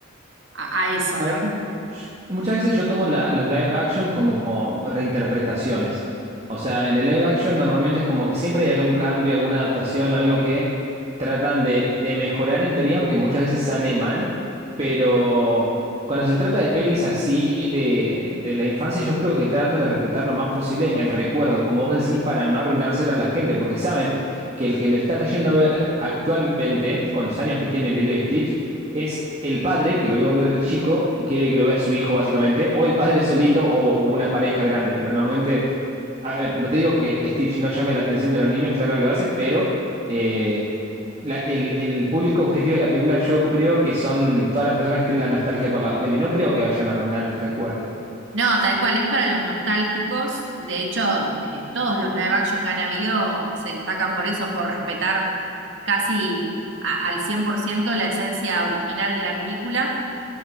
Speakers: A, on the right (about 65°); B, on the right (about 30°).
A: a, a eso,
B: A
A: ¿no?
B: ve- sh- muchas veces yo tomo la- los live action como reinterpretaciones. O sea, en el live action normalmente es como que siempre hay algún cambio, alguna adaptación o algo que tratan de, de mejorar en teoría, aunque muchas veces sale mal. Pero cuando se trata de pelis así de, de la infancia, yo creo que tratan de respetar lo más posible el recuerdo, como vos decís, para no arruinárselo a la gente, porque saben que el que lo está yendo a ver actualmente, con los años que tiene Lilo y Stitch, es el padre que lo vio cuando era chico y quiere que lo vea su hijo, básicamente, o el padre solito o una pareja grande, pero normalmente, a ver, no te digo que Stitch no llame la atención de los niños, claro que lo hace, pero eh, la- el, el público objetivo de la película yo creo que son todas las personas que tienen la nostalgia por la peli, no creo que vayan a arruinar el recuerdo.
A: No, tal cual, es para los nostálgicos. De hecho, eh, todos los live action que han habido se destacan por eso, por respetar casi a- al 100% la esencia original de la película.